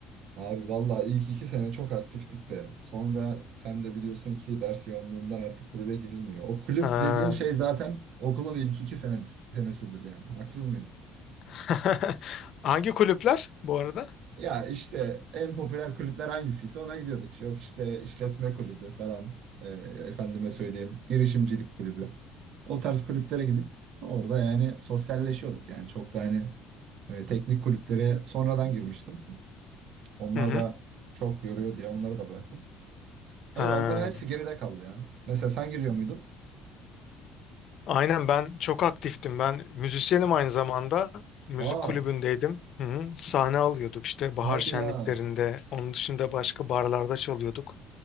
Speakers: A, on the right; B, on the left.
A: abi vallahi ilk iki sene çok aktiftik de sonra sen de biliyorsun ki ders yoğunluğundan artık kulübe gidilmiyor. O kulüp
B: Ha.
A: dediğin şey zaten okulun ilk iki sene senesidir yani. Haksız mıyım?
B: <laughs> Hangi kulüpler bu arada?
A: Ya işte en popüler kulüpler hangisiyse ona gidiyorduk. Yok işte işletme kulübü falan. e, efendime söyleyeyim girişimcilik kulübü. O tarz kulüplere gidip orada yani sosyalleşiyorduk yani çok da hani e, teknik kulüplere sonradan girmiştim. Onlar
B: Hı hı.
A: da çok yoruyor diye onları da bıraktım.
B: Ha.
A: Öyle onların hepsi geride kaldı ya. Mesela sen giriyor muydun?
B: Aynen ben çok aktiftim. Ben müzisyenim aynı zamanda. Müzik
A: Aa,
B: kulübündeydim. Hı hı. Sahne alıyorduk işte bahar
A: hadi
B: şenliklerinde.
A: ya.
B: Onun dışında başka barlarda çalıyorduk.